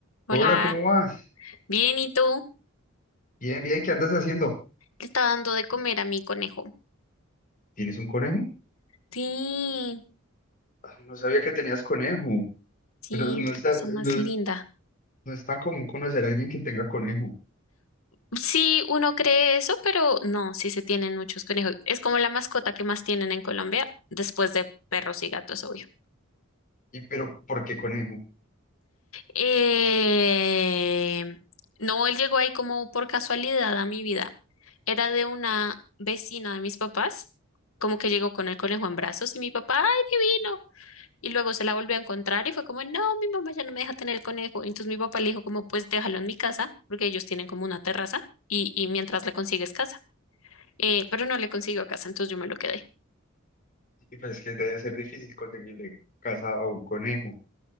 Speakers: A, on the left; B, on the left.
A: Hola,
B: Hola, ¿cómo vas?
A: bien, ¿y tú?
B: Bien, bien, ¿qué andas haciendo?
A: Le estaba dando de comer a mi conejo.
B: ¿Tienes un conejo?
A: Sí,
B: Ay, no sabía que tenías conejo,
A: sí,
B: pero no
A: es
B: está,
A: la cosa más
B: no
A: linda.
B: es, no es tan común conocer a alguien que tenga conejo.
A: Sí, uno cree eso, pero no, sí se tienen muchos conejos. Es como la mascota que más tienen en Colombia, después de perros y gatos, obvio.
B: ¿Y pero por qué conejo?
A: Eh, no, él llegó ahí como por casualidad a mi vida. Era de una vecina de mis papás, como que llegó con el conejo en brazos y mi papá, ¡ay, divino! Y luego se la volvió a encontrar y fue como, no, mi mamá ya no me deja tener el conejo. Y entonces mi papá le dijo como, pues déjalo en mi casa, porque ellos tienen como una terraza y, y mientras le consigues casa. Eh, pero no le consiguió casa, entonces yo me lo quedé.
B: Y pues que debe ser difícil conseguirle casa a un conejo.